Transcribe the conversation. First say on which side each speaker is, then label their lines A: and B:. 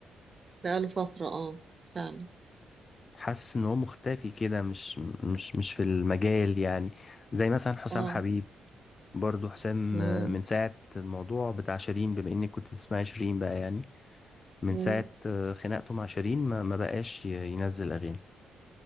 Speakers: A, on the right; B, on the left.
A: بقاله فترة اه فعلا
B: حاسس ان هو مختفي كده مش مش مش في المجال يعني زي مثلا حسام
A: اه
B: حبيب برضو حسام
A: مم.
B: آه، من ساعة الموضوع بتاع شيرين بما اني كنت بتسمعي شيرين بقى يعني من
A: مم.
B: ساعة آه، خناقته مع شيرين ما, ما بقاش ي- ينزل اغاني